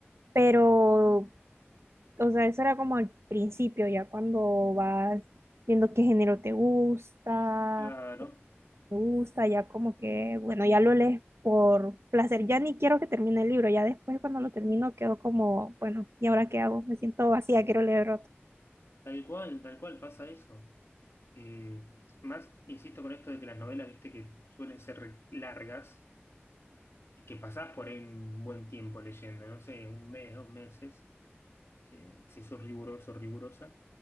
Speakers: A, on the right (about 75°); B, on the left (about 75°).
A: pero, o sea, eso era como al principio, ya cuando vas viendo qué género te gusta,
B: claro,
A: qué te gusta, ya como que, bueno, ya lo lees por placer, ya ni quiero que termine el libro, ya después cuando lo termino quedo como, bueno, ¿y ahora qué hago? Me siento vacía, quiero leer
B: tal cual, tal cual pasa eso. Eh, más, insisto con esto de que las novelas, viste, que suelen ser re- largas y que pasás por ahí un buen tiempo leyendo, no sé, un mes, dos meses. eh, si sos riguroso, rigurosa,